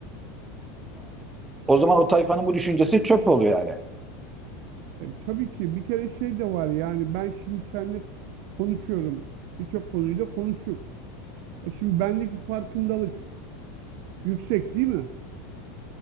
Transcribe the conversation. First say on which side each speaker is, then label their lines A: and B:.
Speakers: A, on the right; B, on the right.
A: o zaman o tayfanın bu düşüncesi çöp oluyor yani.
B: E, tabii ki bir kere şey de var yani ben şimdi seninle konuşuyorum. Birçok konuyu da konuştuk. E şimdi bendeki farkındalık yüksek değil mi?